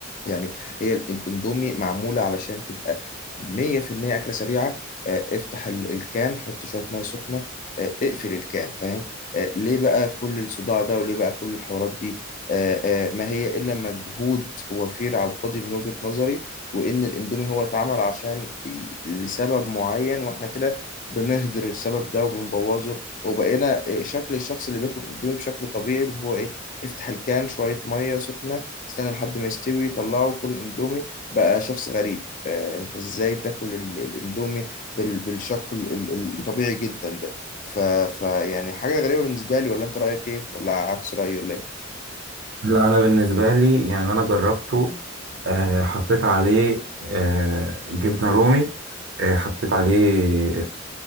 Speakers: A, on the left; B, on the right.
A: يعني هي ال- الاندومي معمولة علشان تبقى 100% أكلة سريعة آه، افتح ال- الكان حط شوية مية سخنة آه، اقفل الكان فاهم آه، ليه بقى كل الصداع ده وليه بقى كل الحوارات دي آه، آه، ما هي إلا مجهود وفير على الفاضي من وجهة نظري وإن الاندومي هو اتعمل عشان ي- لسبب معين وإحنا كده بنهدر السبب ده وبنبوظه وبقينا آه، شكل الشخص اللي بياكل اندومي بشكل طبيعي اللي هو ايه افتح الكان شوية مية سخنة استنى لحد ما يستوي طلعه كل اندومي بقى شخص غريب آه انت ازاي تاكل ال- الاندومي بال- بالشكل ال- ال- الطبيعي جدا ده ف... ف يعني حاجة غريبة بالنسبة لي ولا انت رأيك ايه ولا عكس رأيي ولا ايه
B: لا انا بالنسبه لي يعني انا جربته آه، حطيت عليه آه، جبنه رومي آه، حطيت عليه